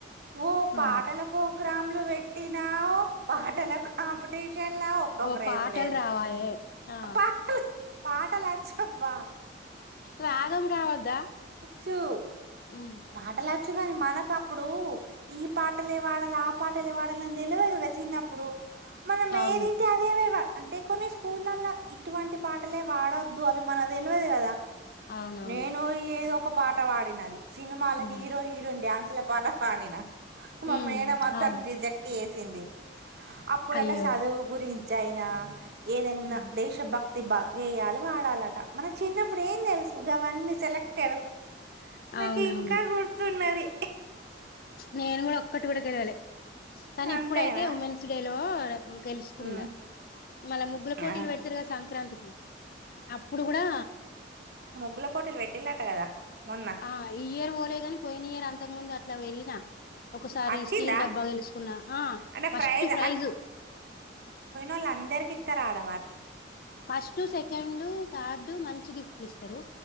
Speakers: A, on the right (about 55°); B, on the left (about 50°).
A: ఓ పాటల
B: ఆ
A: ప్రోగ్రాంలు పెట్టినా పాటల కాంపిటీ విషలా ఒక్క
B: ఓ
A: ప్రైజ్
B: పాటలు
A: లేదు
B: రావాయే ఆ
A: పాట పాటలు వచ్చు అబ్బా
B: రాగం రావద్దా
A: చు
B: హ్మ్
A: పాటలచ్చు కాని మనకు అప్పుడు ఈ పాటలే పాడాలి ఆ పాటలే పాడాలని తెలువదు కదా చిన్నప్పుడు మనం
B: అవును
A: ఏదింటే అదే వే- అంటే కొన్ని స్కూలల్లో ఇటువంటి పాటలే పాడొద్దు అవి మనకు తెలవదు కదా
B: అవునవును
A: నేను ఏదో ఒక పాట పాడినది సినిమాల
B: హ్మ్
A: హీరో హీరోయిన్ డ్యాన్సుల పాట పాడిన
B: హ్మ్
A: మా మేడం వద్దని
B: అవును
A: రిజెక్ట్ చేసింది అప్పుడట
B: అయ్యో
A: చదువు గురించి అయినా ఏదన్నా
B: హ్మ్
A: దేశభక్తి బా గేయలు పాడాలట మన చిన్నప్పుడు ఏం తెలుసు గావన్నీ సెలెక్టెడ్ నాకు
B: అవునవును
A: ఇంకా గుర్తున్నది
B: నేను కూడా ఒక్కటి కూడా గెలవాలే కానీ
A: అంతేనా
B: ఇప్పుడయితే ఉమెన్స్ డేలో గెలుసుకున్న
A: ఉమ్
B: మళ్ళ ముగ్గుల పోటీలు
A: ఆ
B: పెడతారు కదా సంక్రాంతికి అప్పుడు కూడా
A: ముగ్గులా పోటీలు పెట్టిలు ఆట కదా మొన్న
B: ఆ ఈ ఇయర్ పోలే కాని పోయిన ఇయర్ అంతకు ముందు అట్లా వెళ్ళిన ఒకసారి
A: వచ్చిందా
B: స్టీల్ డబ్బా గెలుసుకున్న ఆ
A: అంటే
B: ఫస్ట్
A: ప్రైజ్
B: ప్రైజు
A: వాళ్లు అందరికీ ఇతరాడ
B: ఫస్ట్ సెకండు థర్డ్ మంచి గిఫ్ట్లు ఇస్తారు